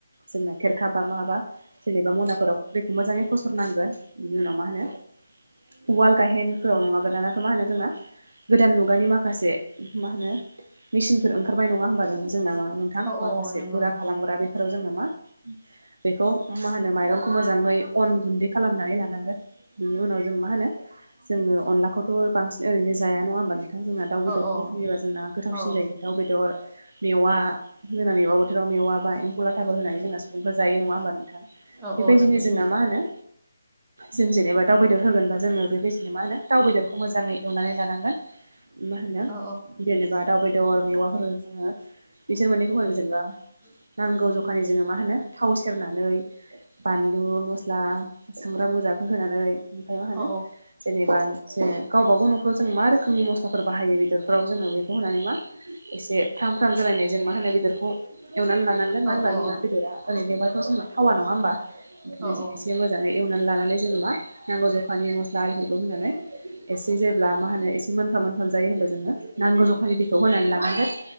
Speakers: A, on the right; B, on the right.
A: जोंना खेरखाबा माबा जेनेबा मनाफोराव दैखौ मोजाङै फसरनांगोन बिनि उनाव मा होनो उवाल गाहेनफोराव नङाबा दानाथ' मा होनो जोंना गोदान मुगानि माखासे मा होनो मेसिनफोर ओंखारनाय नङा होमबा जों जोंना मा होनो थां
B: औ
A: माखासे
B: औ नंगौ
A: गुरा
B: नोंथां
A: खालामग्रा बेफोराव जोङो मा बेखौ मा होनो माइरं खौ मोजाङै अन गुन्दै खालामनानै लानांगोन बिनि उनाव जों मा होनो जोङो अनलाखौथ' बांसिन ओरैनो जाया नङा होमबा नोंथां जोंना दाउ बेदरफोर
B: औ औ
A: होयोबा जोंना गोथावसिन
B: औ
A: जायो दाउ बेदर मेवा होनानै मेवा बोथोराव मेवाबा एम्फौ लाथाबो होनानै जोंना सुबुंफोरा जायो नङा होमबा नोंथां।
B: औ
A: बेबायदिनो
B: औ नंगौ नोंथां
A: जोंना मा होनो जों जेनेबा दाउ बेदर होगोनबा जोङो बेबायदिनो मा होनो दाउ बेदरखौ मोजाङै एवनानै लानांगोन। मा होनो
B: औ
A: जेनेबा दाउ बेदर मेवाफोर जोङो बिसोर मोनैखौ होनोबा जेनेबा
B: उम।
A: नांगौ जखानि जोङो मा होनो थाव सेरनानै बानलु मस्ला संग्रा मोजाफोर होनानै ओमफाय मा होनो
B: औ
A: जेनेबा जे गावबागाव न'खराव जों मा रोखोमनि मस्लाफोर बाहायो बेदरफोराव जोङो बेखौ होनानै मा एसे फ्राम फ्राम जालायनाय जों मा होनो बेदरखौ एवनानै लानानै लानांगोन मानो
B: औ
A: होनबा
B: औ
A: जोंना बेदरा ओरैनोबाथ' जोंना थावा नङा होमबा। <unintelligible>
B: औ औ
A: एसे मोजाङै एवनानै लानानै जेनेबा नांगौ जखानि मस्ला आरिफोरखौ होनानै एसे जेब्ला मा होनो एसे मोनफ्राम मोनफ्राम जायो होनबा जोङो नांगौ जखानि दैखौ होनानै लानांगोन।